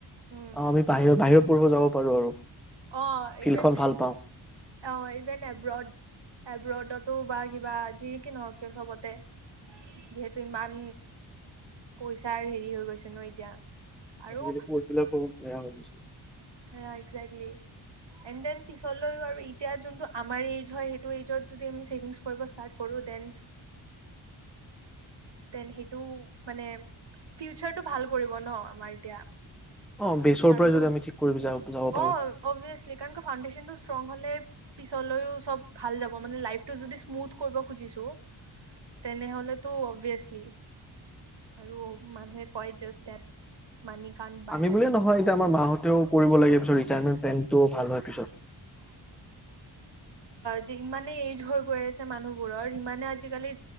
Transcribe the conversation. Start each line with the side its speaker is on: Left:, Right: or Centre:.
Right: হম,
Centre: অ আমি বাহিৰত বাহিৰত পঢ়িব যাব পাৰো আৰু
Right: অ
Centre: ফিল্ডখন
Right: ইভেন
Centre: ভাল পাওঁ।
Right: অ ইভেন এব্ৰত এব্ৰতত তো বা কিবা যি কি নহও কিয় চবতে, যিহেতু ইমান পইচাৰ হেৰি হৈ গৈছে ন এতিয়া। আৰু
Centre: আজিকালি কৰ্চ বিলাকো বেয়া হৈ গৈছে।
Right: হা একজেক্লী, এন দেন পিছলৈও আৰু এতিয়া যোনটো আমাৰ এজ হয় সেইতো এজত যদি ছেভিংছ কৰিব ষ্টাৰ্ট কৰো দেন তেন সেইটো মানে ফিউচাৰটো ভাল কৰিব ন! আমাৰ এতিয়া
Centre: অ বেচৰ
Right: কাৰণ
Centre: পৰাই
Right: কিয়,
Centre: যদি আমি ঠিক কৰি যাব যাব পাৰো।
Right: অ অব্যাছ্লী কাৰণ ক ফাউণ্ডেছ নতো ষ্ট্ৰং হলে পিছলৈও চব ভাল যাব মানে লাইফটো যদি স্মুথ কৰিব খুজিছো তেনেহলেতো অব্যাছ্ লী আৰু মানুহে কয় জাষ্ট দেট মানি কান্ত বাই
Centre: আমি
Right: হেপ
Centre: বুলিয়ে নহয় এতিয়া আমাৰ মা হঁতেও কৰিব লাগে পিছত ৰিটায়াৰমেন্ট প্লেনটো ভাল হয় পিছত।
Right: যে ইমানে এইজ হৈ গৈ আছে মানুহবোৰৰ, ইমানে আজিকালি